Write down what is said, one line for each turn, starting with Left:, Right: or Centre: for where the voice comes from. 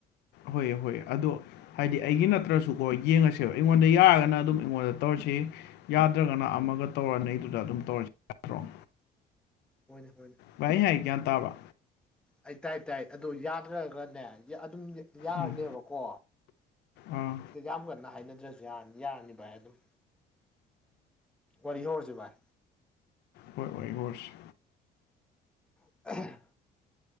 Left: ꯍꯣꯏ ꯍꯣꯏ ꯑꯗꯣ꯫ ꯍꯥꯏꯗꯤ ꯑꯩꯒꯤ ꯅꯠꯇ꯭ꯔꯁꯨꯀꯣ ꯌꯦꯡꯉꯁꯦꯕ ꯑꯩꯉꯣꯟꯗ ꯌꯥꯔꯒꯅ ꯑꯗꯨꯝ ꯑꯩꯉꯣꯟꯗ ꯇꯧꯔꯁꯤ꯫ ꯌꯥꯗ꯭ꯔꯒꯅ ꯑꯃꯒ ꯇꯧꯔꯒ ꯅꯩꯗꯨꯗ ꯑꯗꯨꯝ ꯇꯧꯔꯁꯤ꯫ ꯌꯥꯗ꯭ꯔꯣ
Centre: ꯍꯣꯏꯅꯦ ꯍꯣꯏꯅꯦ꯫
Left: ꯚꯥꯏ ꯑꯩ ꯍꯥꯏ ꯒꯤꯌꯥꯟ ꯇꯥꯕꯔ꯫
Centre: ꯑꯩ ꯇꯥꯏ ꯇꯥꯏ ꯑꯗꯣ ꯌꯥꯗ꯭ꯔꯒ ꯅꯦ ꯑꯗꯨꯝ ꯌꯥꯅꯦꯕꯀꯣ꯫
Left: ꯎꯝ ꯑꯥ
Centre: ꯌꯥꯝ ꯀꯟꯅ ꯍꯥꯏꯅꯗ꯭ꯔꯁꯨ ꯌꯥꯅꯤ ꯌꯥꯔꯅꯤ ꯚꯥꯏ ꯑꯗꯨꯝ ꯋꯥꯔꯤ ꯍꯧꯔꯁꯤ ꯚꯥꯏ꯫
Left: ꯍꯣꯏ ꯋꯥꯔꯤ ꯍꯧꯔꯁꯤ꯫
Centre: <unintelligible>